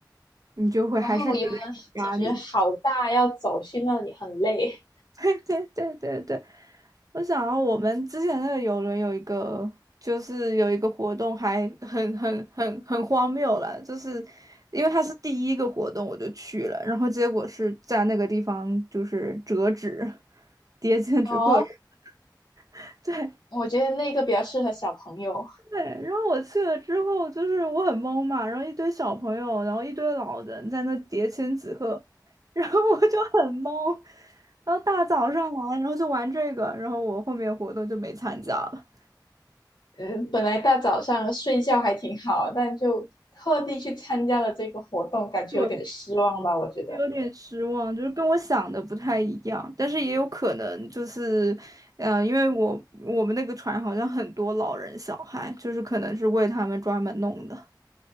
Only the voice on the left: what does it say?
然后我游泳其实好大，要走去那里很累。
<laughs> 哦，
我觉得那个比较适合小朋友。
嗯，本来大早上睡觉还挺好，但就特地去参加了这个活动，感觉有点失望吧，
我觉得。